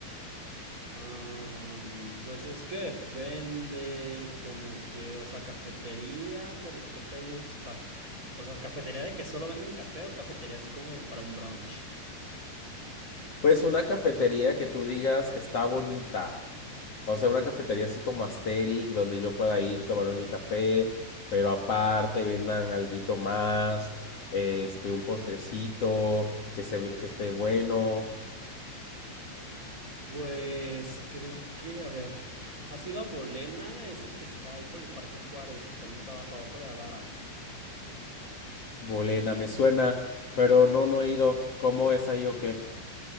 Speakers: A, on the right; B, on the left.
A: Ah, pues es que depende, como que, o sea, cafetería, pero ¿qué te gusta? O sea, cafetería de que solo venden café o cafetería así como para un brunch.
B: Pues una cafetería que tú digas está bonita. O sea, una cafetería así como Asterix, donde yo pueda ir, tomarme mi café, pero aparte vendan alguito más, este, un postrecito, que se, ve- que esté bueno.
A: Pues creo que, a ver, ¿has ido a Bolena? Es el que está ahí por el Parque Juárez, tantito abajo, abajo de Adara.
B: Bolena, me suena, pero no, no he ido. ¿Cómo es ahí o qué?